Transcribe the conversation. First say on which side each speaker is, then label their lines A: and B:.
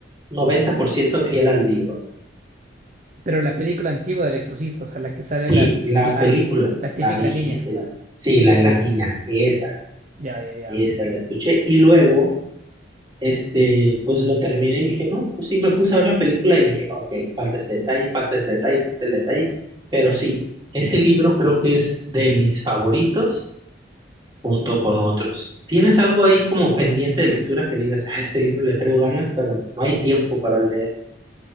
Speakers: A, on the right; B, on the right.
A: 90% fiel al libro.
B: Pero la película antigua del Exorcista, o sea, la que sale
A: Sí,
B: la,
A: la
B: la,
A: película,
B: la típica
A: la viejita,
B: niña.
A: la- sí,
B: Sí,
A: la
B: sí,
A: de
B: sí.
A: la niña, esa,
B: Ya, ya, ya.
A: esa la escuché. Y luego, este, pues lo terminé y dije, no, pues sí, me puse a ver la película y dije, ok, falta este detalle, falta este detalle, falta este detalle. Pero sí, ese libro creo que es de mis favoritos junto con otros. ¿Tienes algo ahí como pendiente de lectura que digas, ah, este libro le traigo ganas, pero no hay tiempo para leer?